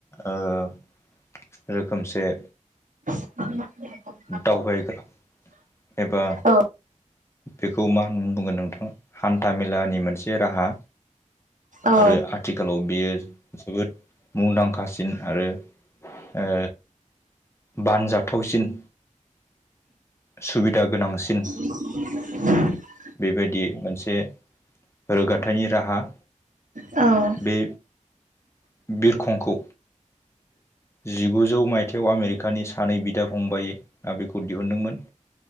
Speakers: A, on the left; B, on the right.
A: ओ रोखोमसे
B: <unintelligible>
A: दावबायग्रा एबा
B: औ
A: बेखौ मा होननानै बुंगोन नोंथां हान्था मेलानि मोनसे राहा।
B: औ
A: आरो आ थिखालाव बियो जोबोद मुंदांखासिन आरो ओ बानजाथावसिन सुबिदा गोनांसिन
B: <inaudible>
A: बेबायदि मोनसे रोगाथाइनि राहा।
B: औ।
A: बे बिरखंखौ जिगुजौ माइथायाव आमेरिकानि सानै बिदा फंबाय आ बिखौ दिहुनदोंमोन।